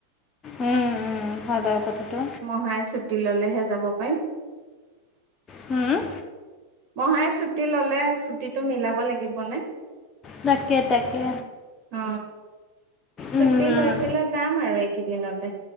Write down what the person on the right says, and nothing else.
মহাই ছুটি ললেহে যাব পাৰিম।
মহাই ছুটি ললে ছুটীটো মিলাব লাগিব নে?
অ ছুটি
লৈ পেলাই যাম আৰু এইকেইদিনতে।